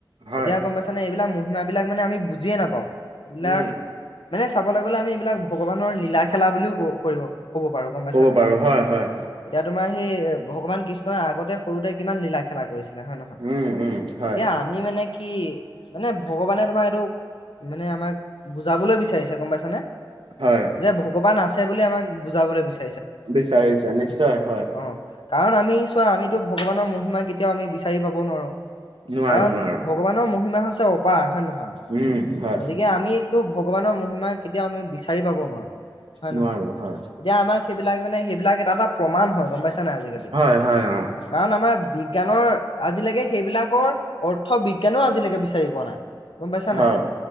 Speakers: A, on the right; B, on the left.
A: হয়
B: এতিয়া গম পাইছে মানে এইবিলাক মহিমাবিলাক মানে আমি বুজিয়ে নাপাও এইবিলাক-
A: উম
B: মানে চাবলৈ গ'লে আমি এইবিলাক ভগৱানৰ লীলা খেলা বুলিও ক কৰিব ক'ব পাৰো গম পাইছা
A: ক'ব
B: নাই
A: পাৰো হয় হয়।
B: এতিয়া তোমাৰ সেই ভগৱান কৃষ্ণই আগতে সৰুতে কিমান লীলা খেলা কৰিছে। হয় নহয়
A: উম উম হয়
B: এতিয়া আমি মানে কি মানে ভগৱানে তোমাৰ এইটো মানে আমাক বুজাবলৈ বিচাৰিছে গম পাইছানে।
A: হয়।
B: যে ভগৱান আছে বুলি আমাক বুজাবলৈ বিচাৰি
A: বিচাৰিছে নিশ্চয় হয়।
B: অ কাৰণ আমি চোৱা আমিতো ভগৱানৰ মহিমা কেতিয়াও আমি বিচাৰি পাব নোৱাৰো
A: নোৱাৰো
B: কাৰণ
A: নোৱাৰো
B: ভ ভগৱানৰ মহিমা হৈছে অপাৰ হয় নে নহয়
A: উম হয়
B: গতিকে আমি- টো ভগৱানৰ মহিমা কেতিয়াও আমি বিচাৰি পাব নোৱাৰো হয়
A: নোৱাৰো
B: নহয়
A: হয়
B: এতিয়া আমাক সেইবিলাক মানে সেইবিলাক এটা এটা প্ৰমাণ হয় গম পাইছা নাই আজিকালি
A: হয় হয় অ
B: কাৰণ আমাৰ বিজ্ঞানৰ আজিলৈকে সেইবিলাকৰ- অৰ্থ বিজ্ঞানেও আজিলৈকে বিচাৰি পোৱা নাই গম পাইছা নাই
A: হয়